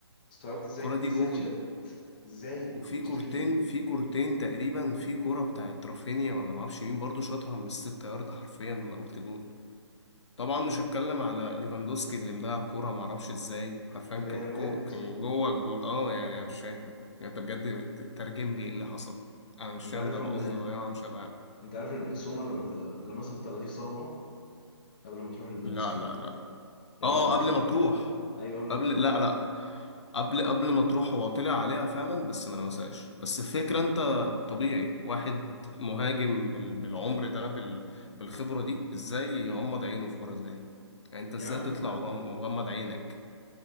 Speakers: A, on the left (about 20°); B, on the left (about 75°).
A: استغربت ازاي
B: الكرة دي
A: ازاي
B: جون
A: اتشالت ازاي
B: وفي
A: مستحيل
B: كورتين في كورتين تقريبا في كرة بتاعت رافينيا ولا معرفش مين برضو شاطها من الست ياردة حرفيا أنا قلت جون طبعا مش هتكلم على ليفاندوسكي اللي مضيع كورة معرفش ازاي حرفيا
A: اللي
B: كان
A: هي
B: كو...
A: بالهيد
B: كان جوه الجول اه يعني انا مش فاهم يعني انت بجد ترجم لي ايه اللي حصل انا مش
A: انت
B: فاهم
A: عارف
B: ده لو
A: ان
B: قصدي ضيعها مش هضيعها
A: انت عارف ان سومر لمسها بطراطيف صوابعه قبل ما تروح ليفاندوسكي
B: لا لا لا
A: تقريبا
B: اه
A: لمسها
B: قبل ما تروح
A: ايوه قبل ما
B: قبل
A: تروح
B: لا لا قبل قبل ما تروح هو طلع عليها فعلا بس ما لمسهاش بس الفكرة انت طبيعي واحد مهاجم بال... بالعمر ده بال... بالخبرة دي ازاي يغمض عينه في كورة زي دي يعني انت ازاي
A: يا عم
B: تطلع وغم- ومغمض عينك